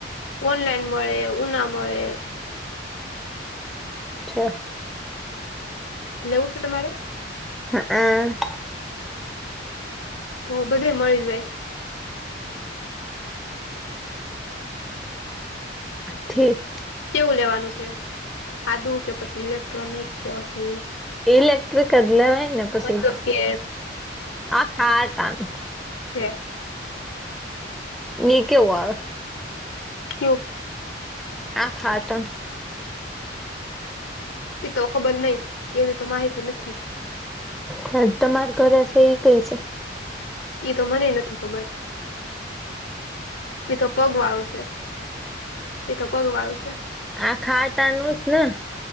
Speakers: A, on the left; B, in the centre.
A: ઓનલાઈન મળે ઉના મળે.
B: છે
A: લેવું છે તમારે?
B: હ અ.
A: તો બધે મળી જાય.
B: ઠીક.
A: કેવું લેવાનું છે સાદું કે પછી ઇલેક્ટ્રોનિક કે પછી
B: ઇલેક્ટ્રિક જ લેવાય ને પછી
A: મતલબ કે
B: આખાતા નું
A: ઠે
B: ની કેવું આવે?
A: કેવું?
B: આ ખાતા
A: એ તો ખબર નય એવી તો માહિતી નથી.
B: હા તમાર ઘરે છે એ કઈ છે?
A: એ તો મને નથી ખબર. એતો પગવાળું છે એ તો પગવાળું છે.
B: આ ખાટ આનુંસ ને